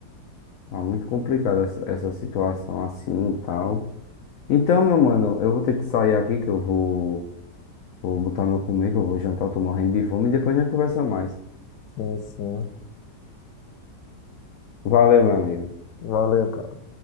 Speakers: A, on the left; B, on the left.
A: Tá muito complicado essa, essa situação assim e tal. Então, meu mano, eu vou ter que sair aqui, que eu vou, vou botar meu comer, que eu vou jantar, eu tô morrendo de fome, e depois a gente conversa mais.
B: Sim, sim.
A: Valeu, meu amigo.
B: Valeu, cara.